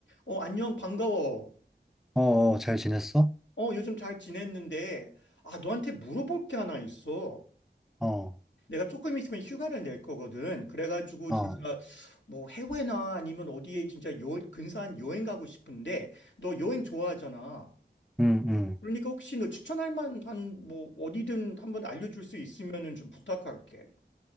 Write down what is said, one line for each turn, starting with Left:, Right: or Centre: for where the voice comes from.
Left: 어, 안녕, 반가워.
Centre: 어, 어, 잘 지냈어?
Left: 어, 요즘 잘 지냈는데, 아, 너한테 물어볼 게 하나 있어.
Centre: 어,
Left: 내가 조금 있으면 휴가를 낼 거거든. 그래가지고,
Centre: 아,
Left: 진짜, 뭐, 해외나 아니면 어디에 진짜 요, 근사한 여행 가고 싶은데, 너 여행 좋아하잖아.
Centre: 음, 음.
Left: 그러니까 혹시 너 추천할 만한, 뭐, 어디든 한번 알려줄 수 있으면은 좀 부탁할게.